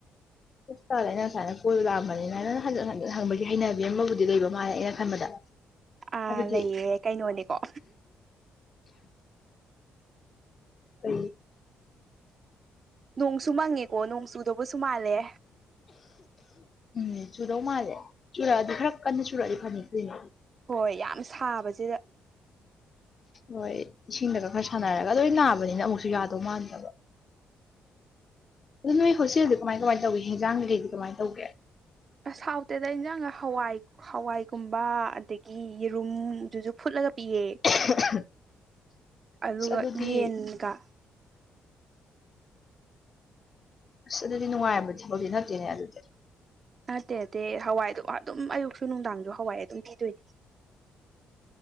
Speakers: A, on the left; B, on the right.
A: ꯇꯥꯗ ꯑꯩꯅ ꯁꯨꯃꯥꯏꯅ ꯀꯣꯜ ꯂꯥꯛꯑꯝꯕꯅꯤꯅ ꯅꯪ ꯍꯟꯖꯤ ꯍꯟꯖꯤꯟ ꯍꯪꯕꯒꯤ ꯍꯩꯅꯕꯤ ꯑꯃ ꯑꯃꯕꯨꯗꯤ ꯂꯩꯕ ꯃꯥꯜꯂꯦ ꯑꯩꯅ ꯈꯟꯕꯗ
B: ꯑꯥ
A: ꯍꯥꯏꯕꯗꯤ
B: ꯂꯩꯌꯦ ꯀꯩꯅꯣꯅꯦꯀꯣ
A: ꯑ ꯎ
B: ꯅꯣꯡꯁꯨ ꯃꯪꯉꯦꯀꯣ ꯅꯣꯡ ꯆꯨꯗꯧꯕꯁꯨ ꯃꯥꯜꯂꯦ
A: ꯎꯝ ꯆꯨꯔꯧ ꯃꯥꯜꯂꯦ ꯆꯨꯔꯛꯑꯗꯤ ꯈꯔ ꯀꯟꯅ ꯆꯨꯔꯛꯑꯗꯤ ꯐꯪꯉ ꯀꯨꯏꯅꯦ
B: ꯍꯣꯏ ꯌꯥꯝ ꯁꯥꯕꯁꯤꯗ
A: ꯍꯣꯏ ꯏꯁꯤꯡꯗꯒ ꯈꯔ ꯁꯥꯟꯅꯔꯒ ꯂꯣꯏ ꯅꯥꯕꯅꯤꯅ ꯑꯃꯨꯛꯁꯨ ꯌꯥꯗꯧ ꯃꯥꯟꯗꯕ ꯑꯗꯨ ꯅꯣꯏ ꯍꯣꯁꯦꯜꯗꯤ ꯀꯃꯥꯏ ꯀꯃꯥꯏꯅ ꯇꯧꯒꯦ ꯍꯤꯟꯖꯥꯡ ꯀꯀꯩꯗꯤ ꯀꯃꯥꯏꯅ ꯇꯧꯒꯦ
B: ꯁꯥꯎꯠꯇꯦꯗ ꯑꯩꯅꯪ ꯍꯋꯥꯏ ꯍꯋꯥꯏꯒꯨꯝꯕ ꯑꯗꯒꯤ ꯌꯦꯔꯨꯝꯗꯨꯁꯨ ꯐꯨꯠꯂ ꯒ ꯄꯤꯑꯦ
A: <inaudible>
B: ꯑꯗꯨꯒ
A: ꯑꯁ ꯑꯗꯨꯗꯤ
B: ꯌꯦꯟꯒ
A: ꯑꯁ ꯑꯗꯨꯗꯤ ꯅꯨꯡꯉꯥꯏꯕꯗꯤ ꯊꯕꯛꯇꯗꯤꯤ ꯅꯠꯇꯦꯅꯦ ꯑꯗꯨꯗꯤ
B: ꯅꯠꯇꯦ ꯅꯠꯇꯦ ꯍꯋꯥꯏꯗꯣ ꯑꯗꯨꯝ ꯑꯌꯨꯛꯁꯨ ꯅꯨꯡꯗꯥꯡꯁꯨ ꯍꯋꯥꯏ ꯑꯗꯨꯝ ꯄꯤꯗꯣꯏꯅꯦ